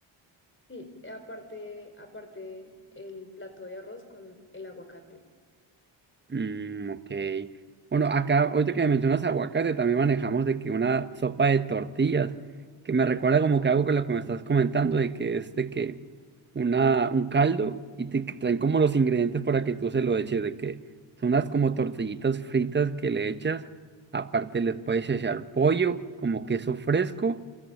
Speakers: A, on the left; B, on the right.
A: Sí, aparte, aparte el plato de arroz con el aguacate.
B: Mm, ok. Bueno, acá, ahorita que me mencionas aguacate, también manejamos de que una sopa de tortillas, que me recuerda como que algo que lo que me estás comentando, de que es de que una, un caldo y te traen como los ingredientes para que tú se lo eches, de que son unas como tortillitas fritas que le echas, aparte les puedes echar pollo, como queso fresco,